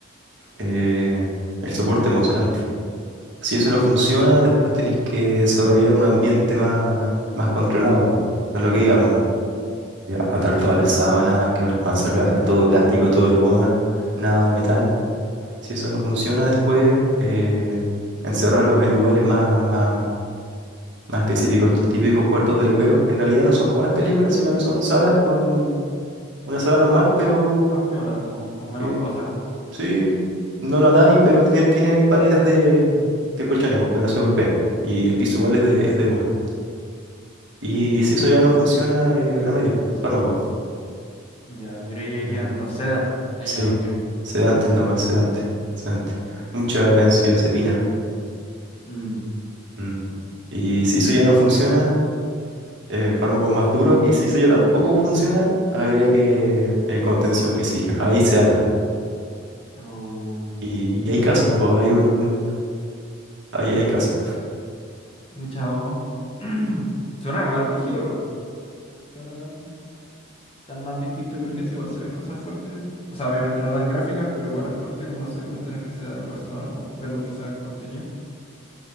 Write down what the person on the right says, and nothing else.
eh, el soporte emocional. Si eso no funciona, después tenéis que desarrollar un ambiente más, más controlado, pues, a lo que digamos.
atar todas las sábanas, que no las puedan sacar, todo de plástico, todo de goma, nada de metal. Si eso no funciona, después eh, encerrarlos en lugares más, más Más específico, estos típicos cuartos de loqueros, que en realidad no son como las películas, sino que son salas con una sala
normal, pero
que
sí, no lo atáis, pero tiene, tiene paredes de, de colchones, pues, para que no se golpeen. Y el piso igual es de, es de goma. Y si eso ya no funciona, eh, remedios, pues, fármacos.
Ay,
Sí,
sedantes nomás,
sedantes, sedantes. Mucha benzodiazepina.
mm. Y si eso ya no funciona, eh, fármacos más duros y si eso ya tampoco funciona, habría que eh, contención física. Ahí se ata.
Y, y hay casos, pues hay un hay, hay casos.